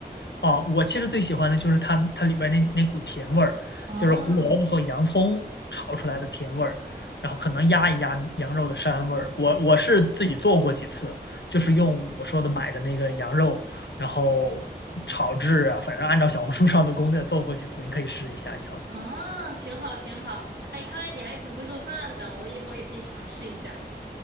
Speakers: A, on the left; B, on the right.
A: 哦，我其实最喜欢的就是它它里边那那股甜味儿，
B: 啊，
A: 就是胡萝卜和洋葱炒出来的甜味儿，然后可能压一压羊肉的膻味儿。我我是自己做过几次，就是用我说的买的那个羊肉，然后炒制啊，反正按照小红书上的攻略做过几次，你可以试一下以后。
B: 啊，挺好，挺好。哎，看来你还挺会做饭的，我以后也可以尝试一下。